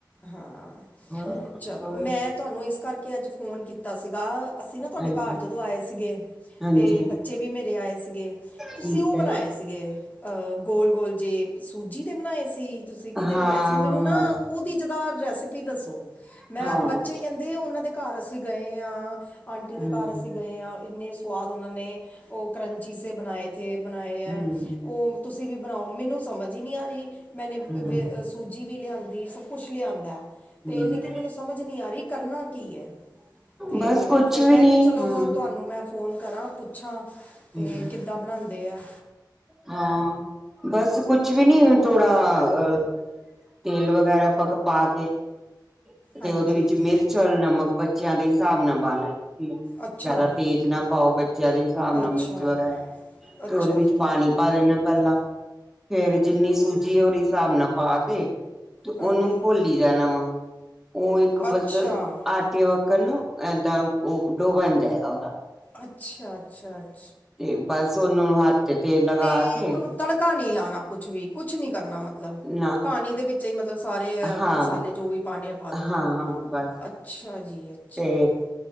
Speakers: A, on the left; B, in the centre.
A: ਹਾਂ,
B: ਹਾਂ
A: ਚਲੋ
B: ਹੋਰ
A: ਮੈਂ ਤੁਹਾਨੂੰ ਇਸ ਕਰਕੇ ਅੱਜ ਫੋਨ ਕੀਤਾ ਸੀਗਾ ਅਸੀਂ ਨਾ ਤੁਹਾਡੇ
B: ਹਾਂਜੀ
A: ਘਰ ਜਦੋਂ ਆਏ ਸੀਗੇ
B: ਹਾਂਜੀ
A: ਤੇ ਬੱਚੇ ਵੀ ਮੇਰੇ ਆਏ ਸੀਗੇ। ਤੁਸੀਂ
B: ਠੀਕ
A: ਉਹ ਬਣਾਏ
B: ਹੈ
A: ਸੀ। ਸੀਗੇ ਗੋਲ-ਗੋਲ ਜੇ ਸੂਜੀ ਦੇ ਬਣਾਏ ਸੀ ਤੁਸੀਂ ਕਿਤੇ
B: ਹਾਂ
A: ਬਣਾਏ ਸੀ ਉਹ ਮੈਨੂੰ ਨਾ
B: ਹਾਂ
A: ਉਹਦੀ ਜਦਾ ਰੈਸਪੀ ਦੱਸੋ, ਮੈਂ
B: ਹਾਂ
A: ਬੱਚੇ ਕਹਿੰਦੇ ਉਹਨਾਂ ਦੇ ਘਰ ਅਸੀਂ ਗਏ ਹਾਂ। ਆਂਟੀ ਦੇ
B: ਹਮ
A: ਘਰ ਅਸੀਂ ਗਏ ਹਾਂ ਇੰਨੇ ਸਵਾਦ ਉਹਨਾਂ ਨੇ ਉਹ ਕਰੰਚੀੇ ਸੇ ਬਣਾਏਥੇ-ਬਣਾਏ ਹੈ
B: ਹਮ
A: ਉਹ ਤੁਸੀਂ ਵੀ ਬਣਾਓ ਮੈਨੂੰ ਸਮਝ ਹੀ ਨਹੀਂ ਆ ਰਹੀ ਮੈਨੇ
B: ਹਮ
A: ਸੂਜੀ ਵੀ ਲਿਆਂਂਦੀ ਸਬ ਕੁਛ ਲਿਆਂਦਾ ਤੇ
B: ਹਮ
A: ਲੇਕਿਨ ਮੈਨੂੰ ਸਮਝ ਨਹੀਂ ਆ ਰਹੀ ਕਰਨਾ ਕੀ ਹੈ। ਤੇ
B: ਬਸ ਕੁਛ
A: ਫਿਰ ਮੈਂ
B: ਵੀ ਨਹੀਂ
A: ਕਿਹਾ ਚਲੋ
B: ਹਾਂ
A: ਤੁਹਾਨੂੰ ਮੈਂ ਫੋਨ ਕਰਾਂ। ਪੁੱਛਾਂ ਤੇ
B: ਹਮ
A: ਕਿੱਦਾਂ ਬਣਾਉਂਦੇ ਹੈ।
B: ਹਾਂ, ਬਸ ਕੁਛ ਵੀ ਨਹੀਂ ਥੋੜਾ ਤੇਲ ਵਗੈਰਾ ਪਾ ਕੇ
A: ਹਾਂਜੀ
B: ਤੇ ਉਹਦੇ ਵਿੱਚ ਮਿਰਚ ਚਲ ਨਮਕ ਬੱਚਿਆਂ ਦੇ ਹਿਸਾਬ ਨਾਲ ਪਾ ਲੈ ਹਮ
A: ਅੱਛਾ
B: ਜਿਆਦਾ ਤੇਜ਼ ਨਾ ਪਾਓ ਬੱਚਿਆਂ ਦੇ ਹਿਸਾਬ ਨਾਲ
A: ਅੱਛਾ
B: ਮਿਰਚ ਵਗੈਰਾ
A: ਅੱਛਾ
B: ਤੇ ਉਹਦੇ ਵਿੱਚ
A: ਜੀ
B: ਪਾਣੀ ਪਾ ਦੇਣਾ ਪਹਿਲਾਂ, ਫੇਰ ਜਿੰਨੀ ਸੂਜੀ ਉਹਦੇ ਹਿਸਾਬ ਨਾਲ ਪਾ ਕੇ ਤੇ ਉਹਨੂੰ
A: ਹਾਂਜੀ
B: ਘੋਲੀ ਜਾਣਾ ਵਾ ਉਹ ਇੱਕ
A: ਅੱਛਾ
B: ਬਸ ਆਟ ਕੇ ਵੱਕਣ ਨਾ ਇਏਦਾਂ ਉਹ ਡੋ ਬਣ ਜਾਏਗਾ ਉਹਦਾ।
A: ਅੱਛਾ-ਅੱਛਾ, ਅੱਛਾ।
B: ਤੇ ਬਸ ਉਹਨਾਂ ਨੂੰ ਹੱਥ- ਤੇ ਤੇਲ ਲਗਾ
A: ਤੇ
B: ਕੇ
A: ਉਹਨੂੰ ਤੜਕਾ ਨਹੀਂ ਲਾਉਣਾ ਕੁਛ ਵੀ ਕੁਛ ਨੀ ਕਰਨਾ ਮਤਲਬ,
B: ਨਾ
A: ਪਾਣੀ ਦੇ ਵਿੱਚ- ਵਿੱਚੇ ਹੀ ਮਤਲਬ ਸਾਰੇ
B: ਹਾਂ
A: ਮਸਾਲੇ ਜੋ ਵੀ ਪਾਉਣੇ ਆ ਪਾ ਦਿਉ
B: ਹਾਂ ਹਾਂ ਬਸ
A: ਅੱਛਾ ਜੀ। ਅੱਛਾ
B: ਤੇ।